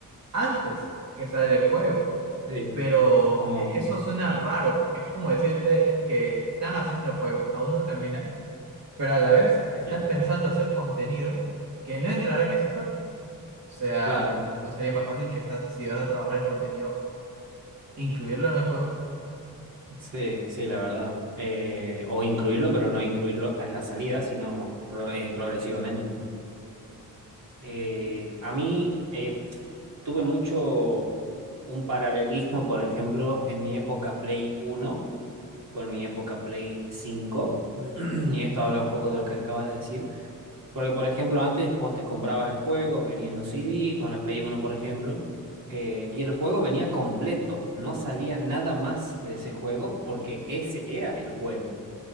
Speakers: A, on the right (about 50°); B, on the right (about 70°).
A: antes que sale el juego.
B: Sí,
A: Pero
B: es como,
A: e- eso suena raro, porque es como decirte que están haciendo el juego, aún no terminan pero a la vez están
B: Sí.
A: pensando hacer contenido que no entrará en ese juego. O sea,
B: claro
A: no, no sería más fácil que está, si vas a trabajar en contenido, incluirlo en el juego.
B: Sí, sí, la verdad. Eh, o incluirlo, pero no incluirlo en la salida, sino pro- eh, progresivamente, ¿no? Eh, a mí eh, tuve mucho un paralelismo, por ejemplo, en mi época Play Uno con mi época Play Cinco, <clears throat> y esto habla un poco de lo que acabas de decir, porque, por ejemplo, antes vos te comprabas el juego, venía en un CD, con la Play Uno por ejemplo, eh, y el juego venía completo, no salía nada más de ese juego porque ese era el juego.